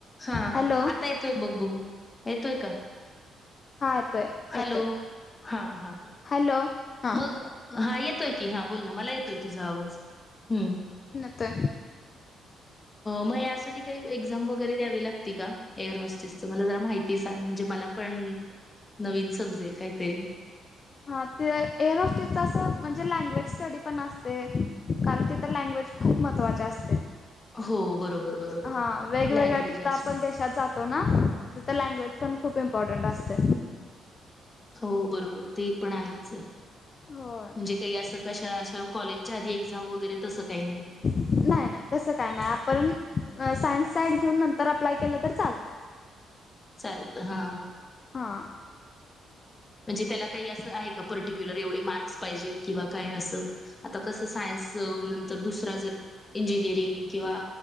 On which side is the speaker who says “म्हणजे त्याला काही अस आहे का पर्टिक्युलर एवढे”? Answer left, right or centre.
Left